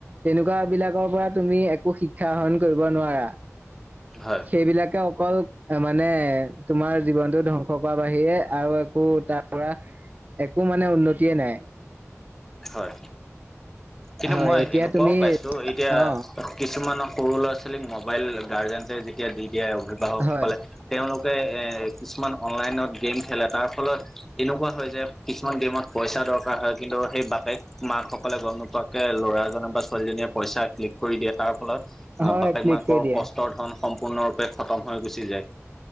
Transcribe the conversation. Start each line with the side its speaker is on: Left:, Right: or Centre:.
Right: তেনেকুৱা বিলাকৰ পৰা তুমি একো শিক্ষা আহৰণ কৰিব নোৱাৰা।
Centre: হয়।
Right: সেইবিলাকে অকল মানে তোমাৰ জীৱনতো ধ্বংস কৰা বাহিৰে আৰু একো তাৰ ধৰা একো মানে উন্নতিয়ে নাই।
Centre: হয়। কিন্তু
Right: হয়
Centre: মই
Right: এতিয়া
Centre: এনেকুৱাও
Right: তুমি
Centre: পাইছো এতিয়া
Right: অ
Centre: কিছুমান সৰু ল'ৰা ছোৱালীক মোবাইল গাৰ্জেনটে যেতিয়া দি দিয়ে অভিভাৱক
Right: হয়
Centre: সকলে তেওঁলোকে এই কিছুমান অনলাইনত গেম খেলে তাৰ ফলত এনেকুৱা হয় যায় কিছুমান গেমত পইচা দৰকাৰ হয় কিন্তু সেই বাপেক মাক সকলে গম ঘপকে ল'ৰাজনে বা ছোৱালীজনীয়ে পইচা ক্লিক কৰি দিয়ে তাৰ ফলত
Right: হয়
Centre: বাপেক
Right: ক্লিক
Centre: মাকৰ
Right: কৰি দিয়ে
Centre: কষ্ট ৰ ধন সম্পূৰ্ণৰূপে খতম হৈ গুচি যায়।